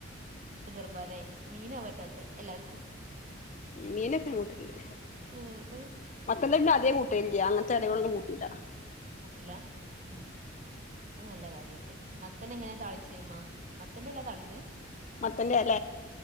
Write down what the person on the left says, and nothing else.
മീനക്കോ ഞാൻ കൂട്ടല്ണ്ട്.
മത്തല്ല അതേ കൂട്ടയില്ല അങ്ങനത്തെ എലകളൊന്നും കൂട്ടുല്ല
മത്തന്റെ എലേ